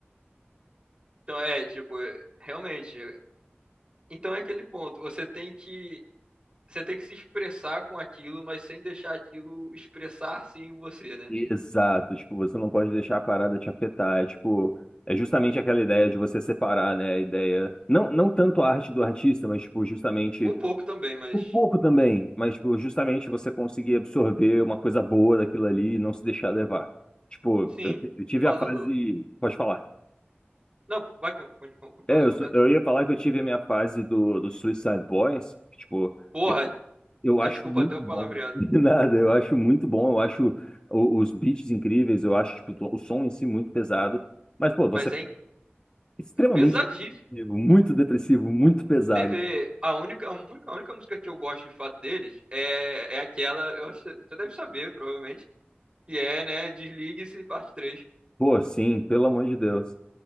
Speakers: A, on the right (about 30°); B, on the left (about 25°).
A: então é, tipo, realmente. Então é aquele ponto. Você tem que você tem que se expressar com aquilo, mas sem deixar aquilo expressar-se em você, né?
B: Exato. Tipo, você não pode deixar a parada te afetar. É, tipo, é justamente aquela ideia de você separar, né? A ideia. Não, não tanto a arte do artista, mas, tipo, justamente.
A: Um pouco também, mas
B: Por pouco também, mas tipo, justamente você conseguir absorver uma coisa boa daquilo ali e não se deixar levar. Tipo,
A: sim.
B: eu, t- eu tive
A: Falando.
B: a fase. Pode falar.
A: Não, vai, com- com- com- completa
B: É, eu, sou- eu
A: aí.
B: ia falar que eu tive a minha fase do, do Suicide Boys. Tipo,
A: Porra,
B: eu, eu acho
A: é, desculpa
B: muito
A: até o
B: bom.
A: palavreado.
B: <laughs> Nada, eu acho muito bom. Eu acho o- os beats incríveis. Eu acho tipo, o som em si muito pesado. Mas, pô, você
A: Mas
B: é
A: é, in-
B: extremamente
A: é pesadíssimo.
B: depressivo, muito depressivo, muito pesado.
A: Teve. A única, a única, a única música que eu gosto de fato deles é, é aquela. Eu, acho que você deve saber, provavelmente. Que é, né? Desligue-se, parte três
B: Pô, sim, pelo amor de Deus.